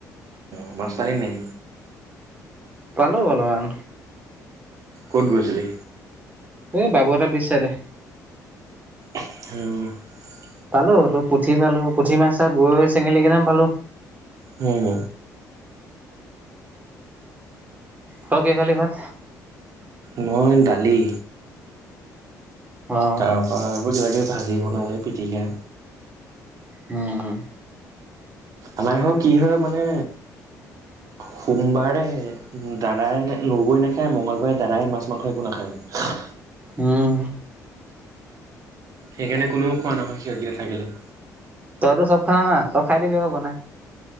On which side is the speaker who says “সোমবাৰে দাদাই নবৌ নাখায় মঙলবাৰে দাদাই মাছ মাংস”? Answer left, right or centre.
Right